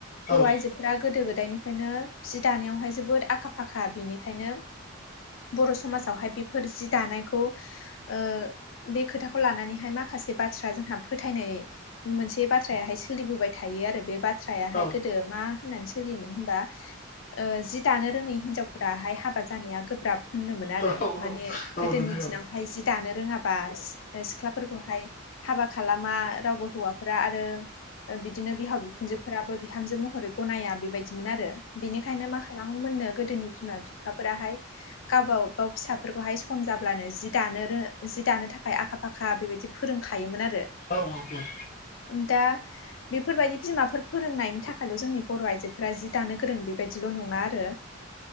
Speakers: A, on the left (about 65°); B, on the left (about 40°).
A: बर'
B: औ
A: आइजोफोरा गोदो गोदायनिफ्रायनो जि दानायावहाय जोबोद आखा फाखा बेनिखायनो बर' समाजावहाय बेफोर जि दानायखौ ओ बे खोथाखौ लानानैहाय माखासे बाथ्रा जोंहा फोथायनाय मोनसे बाथ्रायाहाय सोलिबोबाय थायो आरो बे बाथ्रायाहाय
B: औ
A: दो मा होननानै सोलियोमोन होमबा ओ जि दानो रोङै हिन्जावफोराहाय हाबा जानाया गोब्राब होनदोंमोन आरो
B: औ औ
A: माने
B: औ
A: गोदोनि
B: नोंथां औ नोंथां औ नोंथां औ नोंथां औ नोंथां औ नोंथां औ नोंथां औ नोंथां औ नोंथां औ नोंथां औ
A: दिनावहाय
B: औ
A: जि दानो रोङाबा सिख्लाफोरखौहाय हाबा खालामा रावबो हौवाफोरा आरो बिदिनो बिहाव बिखुनजो बिहामजो महरै गनाया बेबायदिमोन आरो बेनिखायनो माखाला मोननो गोदोनि बिमा बिफाफोराहाय गावबा गाव फिसाफोरखौहाय सम जाब्लानो जि दानो रो जि दानो थाखाय आखा फाखा बेबायदि फोरोंखायोमोन आरो
B: औ औ औ
A: दा बेफोरबायदि बिमाफोर फोरोंनायनि थाखायल' जोंनि बर' आइजो फोरा जि दानो गोरों बेबायाददिल' नङा आरो